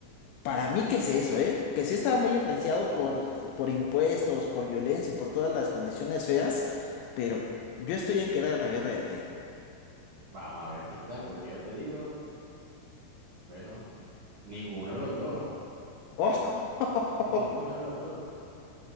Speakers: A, on the left; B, on the right.
A: para mí, ¿qué es eso, eh? Que sí estaba muy influenciado por, por impuestos, por violencia y por todas las condiciones feas, pero yo estoy en que era la guerra del té.
B: Vamos a ver qué tal, porque yo te digo, bueno, ninguno de los dos.
A: <laughs> Oh,
B: <laughs> Ninguno de los dos.